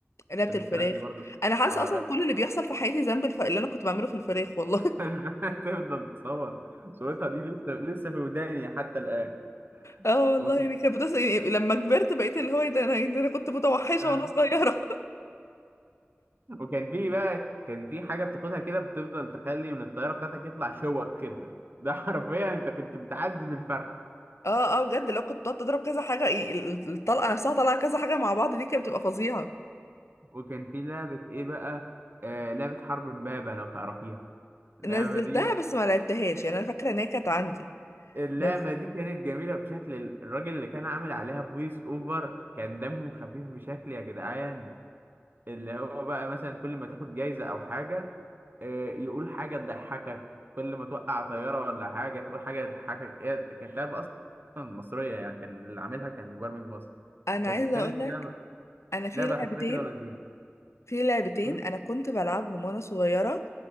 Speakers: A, on the left (about 85°); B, on the right (about 50°).
A: لعبه
B: الفراخ
A: الفراخ
B: دي برضو
A: انا حاسه
B: آه
A: اصلا كل اللي بيحصل في حياتي ذنب الف... اللي انا كنت بعمله في الفراخ والله
B: <laughs> تفضل تصور صورتها دي لسه لسه في وداني حتى الآن
A: اه والله
B: وكان
A: يعني كانت بتصل يعني لما كبرت بقيت اللي هو ايه ده انا يعني ده انا كنت متوحشه
B: آه،
A: وانا صغيره
B: وكان في بقى كان في حاجة بتاخدها كده بتفضل تخلي من الطيارة بتاعتك يطلع شوك كده <laughs> ده حرفيا انت كنت بتعذب الفرخ
A: <laughs> اه اه بجد لو كنت بتقعد تضرب كذا حاجه يعني ال- الطلقه نفسها طالعه كذا حاجه مع بعض دي كانت بتبقى فظيعه
B: وكان في لعبة ايه بقى آه لعبة حرب امبابة لو تعرفيها اللعبة
A: نزلتها
B: دي
A: بس ما لعبتهاش يعني انا فاكره ان هي كانت عندي
B: اللعبة
A: بس
B: دي كانت جميلة بشكل الراجل اللي كان عامل عليها فويس اوفر كان دمه خفيف بشكل يا جدعان اللي هو بقى مثلا كل ما تاخد جايزة او حاجة آه، يقول حاجة تضحكك كل ما توقع طيارة ولا حاجة تقول حاجة تضحكك هي كانت لعبة أصلا مصرية يعني كان اللي عاملها كان مبرمج مصري
A: انا
B: بس
A: عايزه
B: كانت
A: اقول لك
B: لعبة
A: انا في
B: لعبة
A: لعبتين
B: خفيفة كده ولذيذة
A: في لعبتين
B: م?
A: انا كنت بلعبهم وانا صغيره